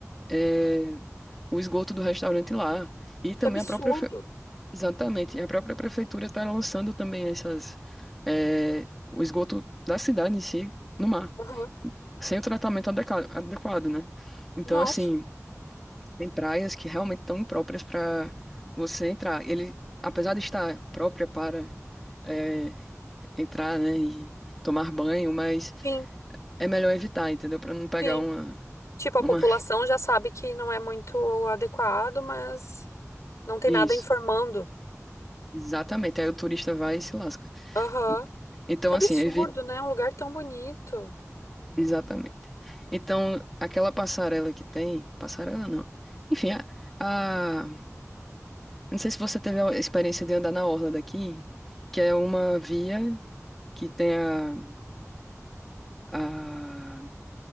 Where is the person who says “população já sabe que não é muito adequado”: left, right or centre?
Left